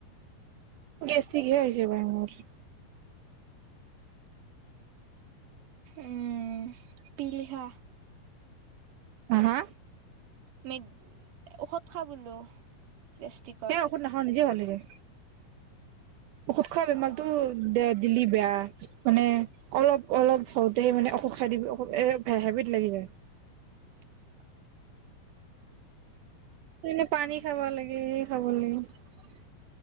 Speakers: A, on the right; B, on the right.
A: গেষ্টিকহে হৈছে পাই মোৰ।
B: উম, পিল খা।
A: হা - হা?
B: মেড- ঔষধ খা বোলো। গেষ্টিকৰ
A: সেই ঔষধ নাখাওঁ, নিজে ভাল হৈ যায়। ঔষধ খোৱা বেমাৰটো
B: অ
A: দ <unintelligible> বেয়া মানে অলপ-অলপ হওঁতেই মানে ঔষধ খাই দিব ঔষধ এ হেবিত লাগি যায়।
B: <inaudible>
A: সেইকাৰণে পানী খাব লাগে এ খাব লাগে।